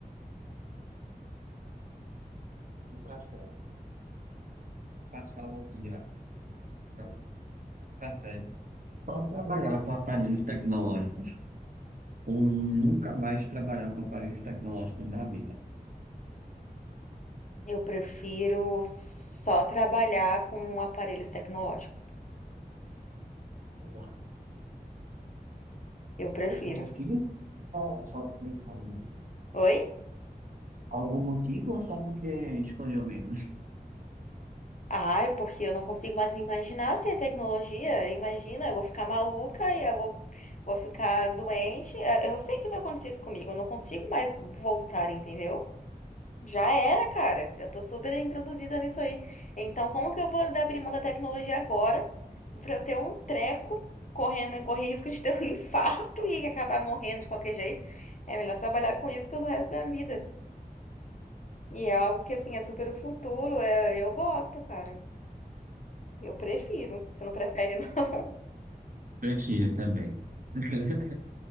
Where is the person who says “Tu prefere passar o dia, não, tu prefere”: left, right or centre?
Right